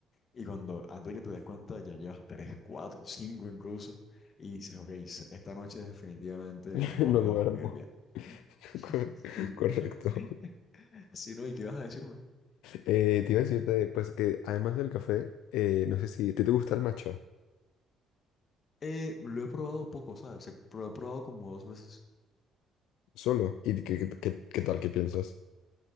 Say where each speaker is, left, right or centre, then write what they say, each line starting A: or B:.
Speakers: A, on the left; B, on the left.
A: Y cuando, antes de que te des cuenta, ya llevas tres, cuatro, cinco incluso, y dices, ok, s- esta noche definitivamente
B: <laughs>
A: no
B: No
A: voy
B: duermo.
A: a dormir bien.
B: <laughs> Cor-
A: Sí.
B: Correcto.
A: <laughs> Sí, no, ¿y qué vas a decirme?
B: Eh, te iba a decirte, pues que además del café, eh, no sé si... ¿Te, te gusta el matcha?
A: Eh, lo he probado poco, ¿sabes? Se- Lo he probado como dos veces.
B: Solo. ¿Y qué, qué- qué- qué tal? ¿Qué piensas?